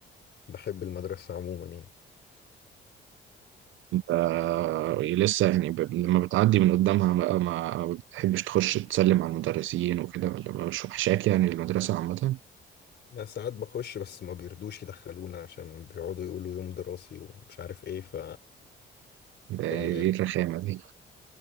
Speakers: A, on the left; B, on the right.
A: بحب المدرسة عموما يعني
B: انت آه، لسه يعني ب... لما بتعدي من قدامها بقى ما ما بتحبش تخش تسلم على المدرسين وكده ولا ما- مش وحشاك يعني المدرسة عامة
A: لا ساعات بخش بس ما بيرضوش يدخلونا عشان بيقعدوا يقولوا يوم دراسي ومش عارف ايه ف
B: ده ايه
A: آه،
B: الرخامة دي